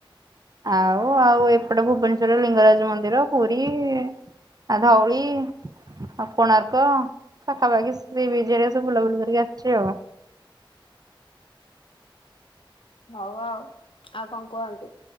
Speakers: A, on the right; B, on the left.
A: ଆଉ ଆଉ ଏପଟେ ଭୁବନେଶ୍ଵରରେ ଲିଙ୍ଗରାଜ ମନ୍ଦିର ପୁରୀ ଇଇ ଆ ଧଉଳି ଆଉ କୋଣାର୍କ ପାଖାପାଖି ସେ ସି ବିଚ୍ ହେରିକା ସବୁ ବୁଲାବୁଲି କରିକି ଆସିଛି ଆଉ।
B: ହଉ ଆଉ ଆଉ କଣ କୁହନ୍ତୁ?